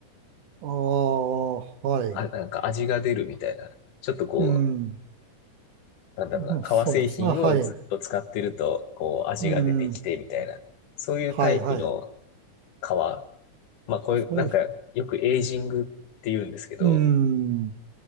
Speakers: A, on the right (about 75°); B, on the left (about 80°).
A: ああ、はい。
B: あ、なんか味が出るみたいな。ちょっとこ
A: うん。
B: う、なんだろうな、
A: もうそうです。
B: 革製品をずっと使ってると、
A: あ、はい。
B: こう味が出てきてみたいな。
A: うん。
B: そういうタイプの
A: はいはい。
B: 革。まあこれなんかよくエイジングって言うんですけど、
A: そういう、うん。